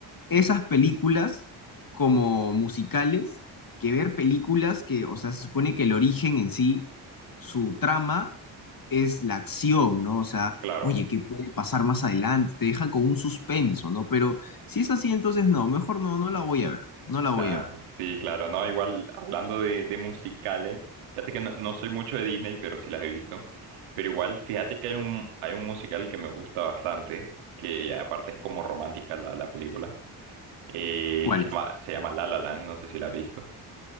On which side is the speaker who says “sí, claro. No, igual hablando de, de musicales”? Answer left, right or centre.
Right